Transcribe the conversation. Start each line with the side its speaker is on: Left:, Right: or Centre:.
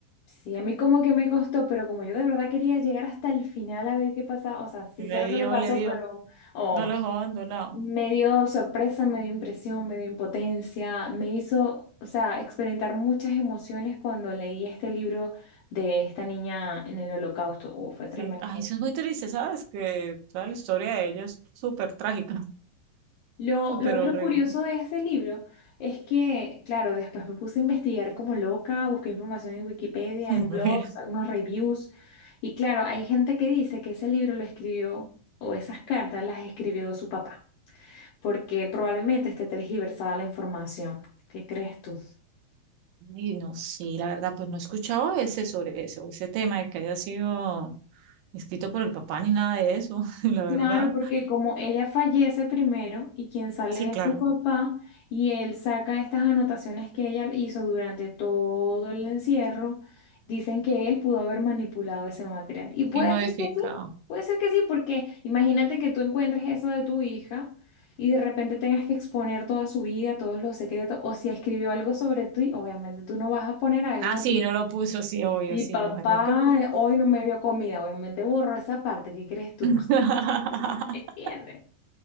Left: Sí, a mí como que me costó, pero como yo de verdad quería llegar hasta el final a ver qué pasaba, o sea, sí sé
Right: Le
Left: lo que
Right: dio,
Left: le pasó,
Right: le dio.
Left: pero oh,
Right: No los dejó abandonado.
Left: me dio sorpresa, me dio impresión, me dio impotencia, me hizo, o sea, experimentar muchas emociones cuando leí este libro de esta niña en el holocausto. Uh, fue tremendo.
Right: Sí. Ay, eso es muy triste, ¿sabes? Que toda la historia de ellos es súper trágica,
Left: Lo,
Right: súper
Left: lo otro
Right: horrible.
Left: curioso de este libro es que, claro, después me puse a investigar como loca, busqué información en Wikipedia,
Right: <laughs>
Left: en blogs, algunos reviews, y claro, hay gente que dice que ese libro lo escribió, o esas cartas las escribió su papá, porque probablemente esté tergiversada la información. ¿Qué crees tú?
Right: Y no sé, la verdad, pues no he escuchado ese sobre eso, ese tema de que haya sido escrito por el papá ni nada de eso, <laughs> la verdad.
Left: Claro, porque como ella fallece primero y quien sale
Right: Sí, claro.
Left: es su papá y él saca estas anotaciones que ella hizo durante todo el encierro, dicen que él pudo haber manipulado ese material. Y puede
Right: Y modificado.
Left: ser que sí, puede ser que sí, porque imagínate que tú encuentres eso de tu hija y de repente tengas que exponer toda su vida, todos los secretos, o si escribió algo sobre ti, obviamente tú no vas a poner ahí,
Right: Ah,
Left: no,
Right: sí,
Left: mi,
Right: no lo puso, sí, obvio,
Left: mi
Right: sí,
Left: papá
Right: me imagino que.
Left: eh, hoy no me dio comida, obviamente borró esa parte, ¿qué crees tú?
Right: <laughs>
Left: ¿Entiendes?